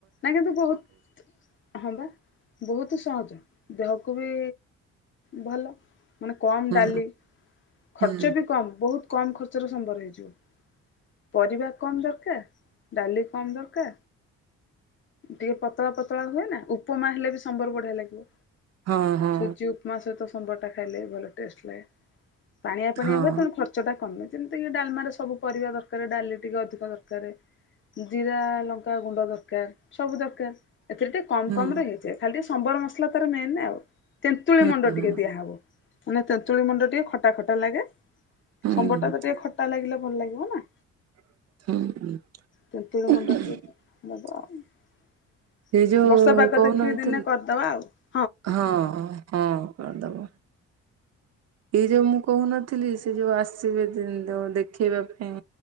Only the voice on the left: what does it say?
ନାଇଁ କିନ୍ତୁ ବହୁତ୍ ହଁ ବା ବହୁତୁ ସହଜ ଦେହକୁ ବି ଭଲ। ମାନେ କମ୍
ଡାଲି ଖର୍ଚ୍ଚ
ବି କମ୍ ବହୁତ୍ କମ୍ ଖର୍ ଚାରୁ ସମ୍ବର ହେଇଯିବ ପରିବା କମ୍ ଦର୍କାର ଡାଲି କମ୍ ଦର୍କା ଟିଏ ପତଳା ପତଳା ହୁଏ ନା ଉପମା ହେଲେ ବି ସମ୍ବର୍ ବଢିଆ ଲାଗିବ।
ସୁଜି ଉପ୍ମା ସହିତ ସମ୍ବର୍ ଟା ଖାଇଲେ ଭଲ ଟେଷ୍ଟ୍ ଲାଏ ପାଣିଆ ପାଣିଆ
ହୁଏ ତୁଣୁ ଖର୍ଚ୍ଚ ଟା କମେ ଏମିତି କି ଡାଲ୍ମାରେ ସବୁ ପରିବା ଦର୍କାର ଡାଲି ଟିକ ଅଧିକ ଦରକାରେ ଜିରା ଲଙ୍କା ଗୁଣ୍ଡ ଦର୍ କାର୍ ସବୁ ଦରକାର୍ ଏଥିରେ ତେ କମ୍
କମ୍ ରେ ହେଇ ଯାଏ ଖାଲିସ୍ ସମ୍ବର୍ ମସ୍ଲା ତାର ମେନେ ଆଉ ତେନ୍ତୁଳି
ମଣ୍ଡ
ଟିକେ ଦିଆହାବ ପୁନି ତେନ୍ତୁଳି ମୁଁଣ୍ଡ ଟିଟା ଖଟା ଖଟ୍ କଣ ଲାଗେ?
ସମ୍ବର ଟା ତ ଟିକେ ଖଟା ଲାଗିଲା ଭଲ ଲାଗିବ ନା।
ତେନ୍ତୁଳି ମୁଣ୍ଡ ଟିକେ <unintelligible>
ବର୍ଷା ପାଗ
ଦେଖିକି ଦିନେ କରିଦବା ଆଉ।